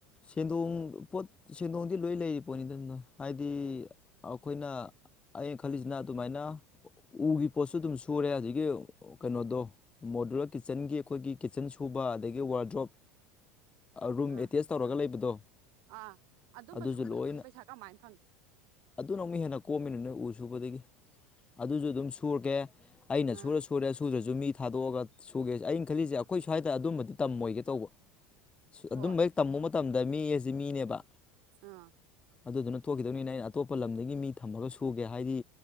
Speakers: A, on the left; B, on the right.
A: ꯁꯦꯟꯗꯣꯡ ꯄꯣꯠ ꯁꯦꯟꯗꯣꯡꯗꯤ ꯂꯣꯏ ꯂꯩꯔꯤ ꯄꯣꯠꯅꯤꯗꯅ ꯍꯥꯏꯗꯤ
B: ꯎꯝ
A: ꯑꯩꯈꯣꯏꯅ ꯑꯩꯅ ꯈꯜꯂꯤꯁꯤꯅ ꯑꯗꯨꯃꯥꯏꯅ ꯎꯒꯤ ꯄꯣꯠꯁꯨ ꯑꯗꯨꯝ ꯁꯨꯔꯦ ꯍꯧꯖꯤꯛꯀꯤ ꯑꯣ ꯀꯩꯅꯣꯗꯣ ꯃꯣꯗꯨꯂꯔ ꯀꯤꯠꯆꯟꯒꯤ ꯑꯩꯈꯣꯏꯒꯤ ꯀꯤꯠꯆꯟ ꯁꯨꯕ ꯑꯗꯒꯤ ꯋꯥꯔꯗ꯭ꯔꯣꯞ ꯔꯨꯝ
B: ꯑꯥ
A: ꯑꯇꯦꯁ ꯇꯧꯔꯒ ꯂꯩꯕꯗꯣ
B: ꯑꯥ ꯑꯗꯨꯝꯕ
A: ꯑꯗꯨꯁꯨ
B: ꯁꯨꯕꯗꯨꯗꯤ
A: ꯂꯣꯏꯅ
B: ꯄꯩꯁꯥ ꯀꯃꯥꯏꯅ ꯐꯪꯒꯦ
A: ꯑꯗꯨꯅ ꯍꯦꯟꯅ ꯀꯣꯝꯃꯤꯅ ꯅꯣꯏ ꯎ ꯁꯨꯕꯗꯒꯤ ꯑꯗꯨꯁꯨ ꯑꯗꯨꯝ ꯁꯨꯔꯒꯦ ꯑꯩꯅ
B: ꯑꯥ
A: ꯁꯨꯔ ꯁꯨꯔꯦ ꯁꯨꯗꯔꯁꯨ ꯃꯤ ꯊꯥꯗꯣꯛꯑꯒ ꯁꯨꯒꯦ ꯑꯩꯅ ꯈꯜꯂꯤꯁꯦ ꯑꯩꯈꯣꯏ ꯁ꯭ꯋꯥꯏꯗ ꯑꯗꯨꯝꯕꯗꯤ ꯇꯝꯃꯣꯏꯒꯦ ꯇꯧꯕ ꯑꯗꯨꯝꯕꯩ
B: ꯍꯣꯏ
A: ꯇꯝꯃꯨꯕ ꯃꯇꯝꯗ ꯃꯤ ꯑꯁꯤ ꯃꯤꯅꯦꯕ
B: ꯑꯥ
A: ꯑꯗꯨꯗꯨꯅ ꯊꯣꯛꯈꯤꯗꯧꯅꯤꯅ ꯑꯩꯅ ꯑꯇꯣꯞꯄ ꯂꯝꯗꯒꯤ ꯃꯤ ꯊꯝꯃꯒ ꯁꯨꯒꯦ ꯍꯥꯏꯗꯤ